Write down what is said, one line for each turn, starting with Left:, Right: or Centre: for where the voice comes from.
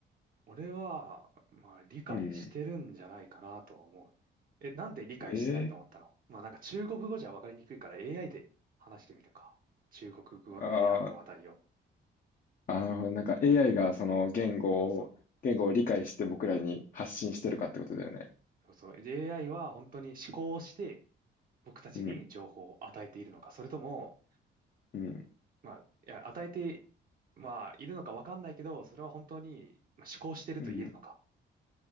Right: 俺は、まあ、理解してるんじゃないかなと思うね。
Left: うん。
Right: え、なんで理解してないと思ったのまあ、
Left: えー
Right: なんか中国語じゃ分かりにくいから AI で話してみるか。中国語の部屋の話題を。
Left: ああー、あ、なるほど。なんか AI がその言語を、
Right: そうそ
Left: 言語を理解して僕らに発信してるかってことだよね。
Right: う。そうそう。で AI は本当に思考して、僕たちに情報を与えているのか。
Left: うん、
Right: それとも、
Left: うん、
Right: まあ、いや、与えて、まあ、いるのか分かんないけど、それは本当にまあ思考してると言えるのか。
Left: うん。